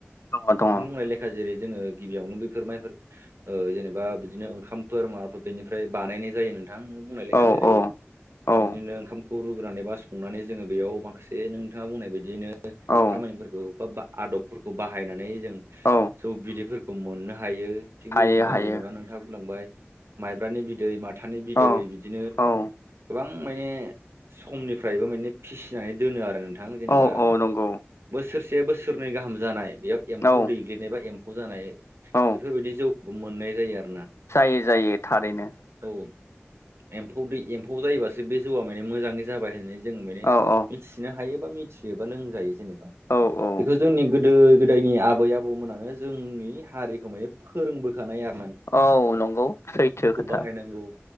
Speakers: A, on the left; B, on the right.
A: दङ
B: नोंथां
A: दङ
B: बुंनाय लेखा जेरै जोङो गिबियावनो बेफोर माइफोर ओ जेनेबा बिदिनो ओंखामफोर माबाफोर बेनिफ्राय बानायनाय जायो। नोंथां नों बुंनाय लेखा
A: औ
B: जेरै
A: औ औ
B: बिदिनो ओंखाम खौ रुग्रोनानै बा संनानै जोंङो बेयाव माखासे नोंथांङा बुंनाय बायदियानो
A: औ
B: खामानिफोरखौ बा आदबफोरखौ बाहायनानै जों
A: औ
B: जौ बिदैफोरखौ मोननो हायो थिग
A: हायो
B: बेबायदिनो
A: हायो
B: जेनेबा नोंथांङा बुंलांबाय माइब्रानि बिदै माथा माथानै बिदै
A: औ
B: बिदिनो
A: औ
B: गोबां गोबां माने समनिफ्रायबो माने फिसिनानै दोनो आरो। जेनेबा
A: औ औ नंगौ
B: बोसोरसे बोसोरनै गाहाम जानाय बेयाव एम्फौ
A: औ
B: दैग्लिनाय एबा एमफौ खौ जानाय
A: औ
B: बेफोरबायदि जौखौबो मोननाय जायो आरो
A: जायो जायो थारैनो।
B: औ एम्फौ दै एम्फौ जायोबासो बे जौआ माने मोजाङै जाबाय होननानै। जों माने
A: औ औ
B: मिथिनो हायो बा मिथियोबा लोंजायो जेनेबा
A: औ औ
B: बेखौ जोंनि गोदो गोदायनि आबै आबौमोनानो जोंनि हारिखौ माने फोरोंबोखानाय आरो।
A: औ नंगौ सैथो खोथा।
B: बाहायनांगौ